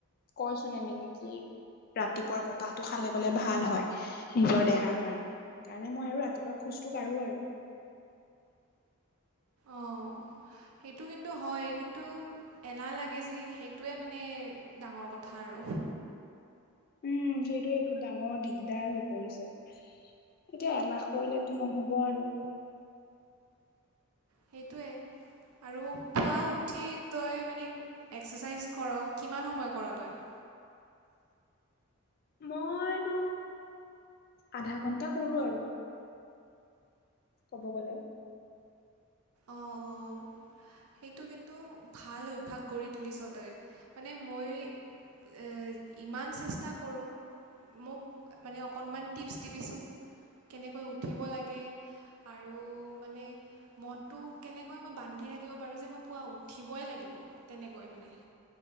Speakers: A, on the left; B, on the right.
A: কৈচোন এনেকে কি, ৰাতিপুৱা বতাহটো খালে বলে ভাল হয়। নিজৰ দেহাৰ কাৰণে, সেইকাৰণে মই আৰু ৰাতিপুৱা খোজটো কাঢ়ো আৰু।
B: অঁ সেইটো কিন্তু হয় কিন্তু এলাহ লাগে যি সেইটোৱে মানে ডাঙৰ কথা আৰু।
A: উম যিয়েটোৱে এইটো ডাঙৰ দিগদাৰ হৈ পৰিছে। এতিয়া এলাহ কৰিলেতো নহব আৰু।
B: সেইটোৱে আৰু পুৱাও উঠি তই মানে এক্সাৰচাইজ কৰ কিমান সময় কৰ তই?
A: মই তো আধা ঘন্টা কৰো আৰু কব গলে।
B: অ অ। সেইটো কিন্তু ভাল অভ্যাস গঢ়ি তুলিছ তই, মানে মই এ ইমান চেষ্টা কৰোঁ। মোক মানে অকণমান টিপছ দিবিচোন? কেনেকৈ উঠিব লাগে আৰু মানে মনটো কেনেকৈ মই বান্ধি থাকিব পাৰোঁ যে মই পুৱা উঠিবই লাগিব তেনেকৈ মানে?